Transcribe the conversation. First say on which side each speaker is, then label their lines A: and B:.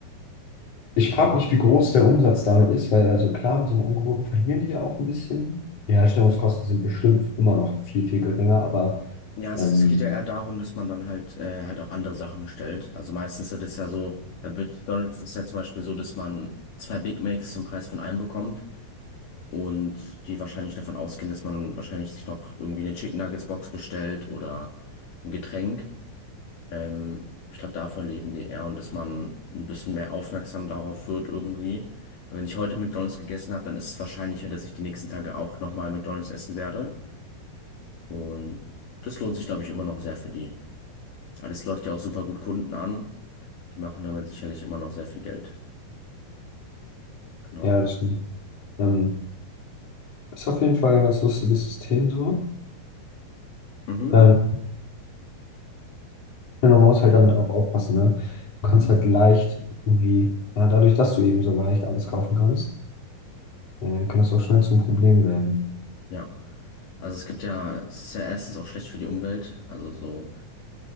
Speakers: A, on the left (about 50°); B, on the left (about 65°).
A: Ich frage mich, wie groß der Umsatz damit ist, weil also klar, mit so einem Angebot verlieren die ja auch ein bisschen. Die Herstellungskosten sind bestimmt immer noch viel, viel geringer, aber
B: Ja, es,
A: ähm,
B: es geht ja eher darum, dass man dann halt äh, halt auch andere Sachen bestellt. Also meistens ist das ja so, bei McDonald's ist es ja zum Beispiel so, dass man zwei Big Macs zum Preis von einem bekommt und die wahrscheinlich davon ausgehen, dass man wahrscheinlich sich noch irgendwie eine Chicken Nuggets Box bestellt oder ein Getränk. Ähm, ich glaube, davon leben die eher und dass man ein bisschen mehr aufmerksam darauf wird irgendwie. Aber wenn ich heute McDonald's gegessen habe, dann ist es wahrscheinlicher, dass ich die nächsten Tage auch nochmal McDonald's essen werde. Und das lohnt sich, glaube ich, immer noch sehr für die. Weil das lockt ja auch super gut Kunden an. Die machen damit sicherlich immer noch sehr viel Geld. Genau.
A: ja, das stimmt. Ähm, ist auf jeden Fall ein ganz lustiges System so.
B: Mhm.
A: Ähm, man muss halt damit auch aufpassen, ne? Du kannst halt leicht irgendwie, ja, dadurch, dass du eben so leicht alles kaufen kannst, äh, kann das auch schnell zum Problem werden.
B: Ja. Also es gibt ja, es ist ja erstens auch schlecht für die Umwelt. Also so